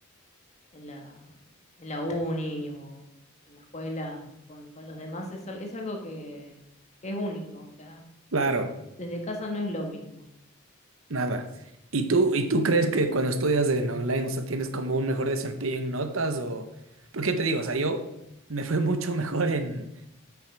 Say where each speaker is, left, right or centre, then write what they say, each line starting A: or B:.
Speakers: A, on the left; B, on the right.
A: en la, en la uni o en la escuela con, con los demás es, al- es algo que, que es único, o sea,
B: claro.
A: desde casa no es lo mismo.
B: Nada. ¿Y tú, y tú crees que cuando estudias en online, o sea, tienes como un mejor desempeño en notas o...? Porque te digo, o sea, yo me fue <laughs> mucho mejor en,